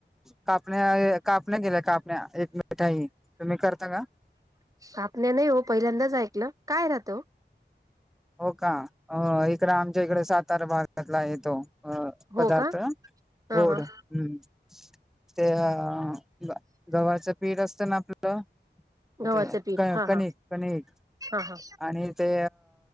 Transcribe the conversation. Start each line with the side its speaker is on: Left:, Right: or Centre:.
Centre: कापण्या कापण्या केल्या काप एक <unintelligible> मिट आहे तुम्ही करता का
Right: सापण्या नाही हो पहिल्यांदाच ऐकलं काय राहतं.
Centre: हो का इकडं आमच्या इकडे सातारा भागातला आहे तो. अ
Right: हो
Centre: पदार्थ
Right: का हा
Centre: गोड
Right: हा
Centre: हम्म ते अ बा गव्हाचं पीठ असतं ना आपलं
Right: गव्हाचं
Centre: ते
Right: पीठ
Centre: कणिक
Right: हा हा
Centre: कणिक.
Right: हा हा
Centre: आणि ते